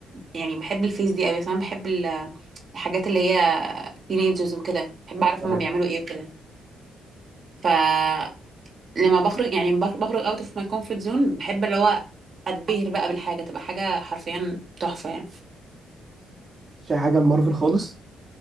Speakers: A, on the right (about 45°); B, on the right (about 20°).
A: يعني بحب الفيس دي قوي بس انا بحب ال- الحاجات اللي هي تينيجرز وكده بحب اعرف
B: يعني
A: هما بيعملوا ايه وكده ف لما بخرج يعني بخ- بخرج اوت اوف ماي كومفورت زون بحب اللي هو اتبهر بقى بالحاجه تبقى حاجه حرفيا تحفه يعني
B: <laughs> مفيش أي حاجة لمارفل خالص